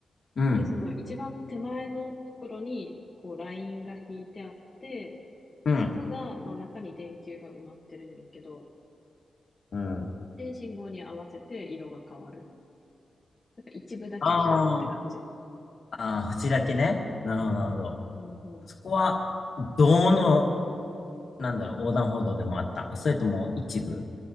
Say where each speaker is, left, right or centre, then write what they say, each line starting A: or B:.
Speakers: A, on the left (about 50°); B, on the left (about 25°).
A: うん、
B: で、その一番手前のところに、こう、ラインが引いてあって、
A: うん、
B: そこが、まあ、中に電球が埋まってるねんけど、
A: うん。
B: で、信号に合わせて色が変わる。なんか一部だけ光るって感じ。
A: あーあー、縁だけね。なるほど、なるほど。
B: そうそう。
A: そこは、どの、なんだろう、横断歩道でもあったのそれとも一部